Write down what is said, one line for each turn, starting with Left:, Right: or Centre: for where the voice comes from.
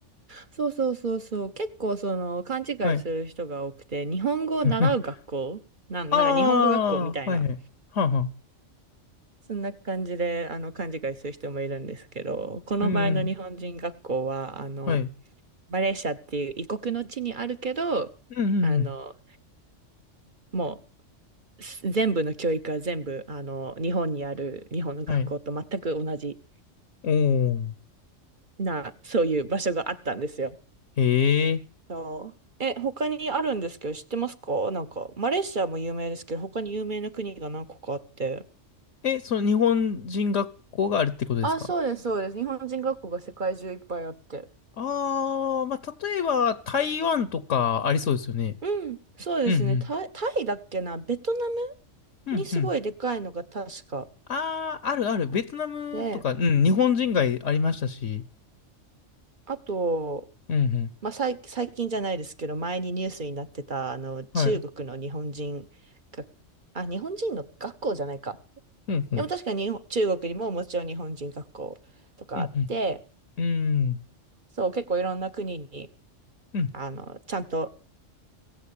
Right: そうそうそうそう。結構その勘違いする人が多くて、
Left: はい。
Right: 日本語を習う学校なん、
Left: <laughs> ああ、
Right: なんか日本語学校みたいな。
Left: はいはい。はあはあ。
Right: そんな感じで、あの、勘違いする人もいるんですけど、この場合の日本人学校は、
Left: うんうん。
Right: あの、
Left: はい。
Right: マレーシアっていう異国の地にあるけど、
Left: うんうんうん。
Right: あの、もう、す全部の教育は全部、あの、日本にある日本の学校と全く同じ
Left: はい。おー。
Right: な、そういう場所があったんですよ。
Left: へえ。
Right: そうえ、他にあるんですけど、知ってますかなんか、マレーシアも有名ですけど、他に有名な国が何個かあって。
Left: え、その日本人学校があるってことですか
Right: あ、そうです、そうです。日本人学校が世界中いっぱいあって。
Left: ああー、まあ、例えば台湾とかありそうですよね。
Right: うん、そうですね。
Left: うん
Right: タイ、タイだっけな、ベトナム
Left: うん。
Right: にすごいでかいのが確か
Left: うんうんああ、あるある。ベトナムとか、
Right: あって、
Left: うん、日本人街ありましたし。
Right: あと、
Left: うん。うんうん。
Right: まあ、最、最近じゃないですけど、前にニュースになってた、あの、中国の日本人が、
Left: はい。、
Right: あ、日本人の学校じゃないか。
Left: うん
Right: でも確かに日本中国にももちろん日本人学校とかあって、
Left: うん。うんうん。うん。
Right: そう、結構いろんな国に、
Left: うん。
Right: あの、ちゃんと、